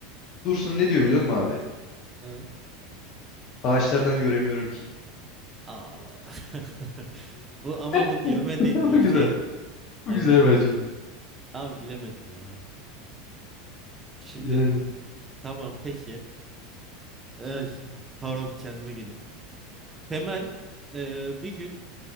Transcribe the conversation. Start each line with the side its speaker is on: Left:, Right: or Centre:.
Left: Dursun ne diyor biliyor musun abi?
Right: Ee,
Left: Ağaçlardan göremiyorum ki.
Right: aa, vay. <laughs> Bu, ama
Left: <laughs>
Right: bu gülme değil
Left: Bu
Right: bu
Left: güzel.
Right: şey hani
Left: Bu güzel bence.
Right: abi bilemedim ya. Şimdi
Left: Yani.
Right: tamam peki. Ay, pardon bir kendime geleyim. Temel ee, bir gün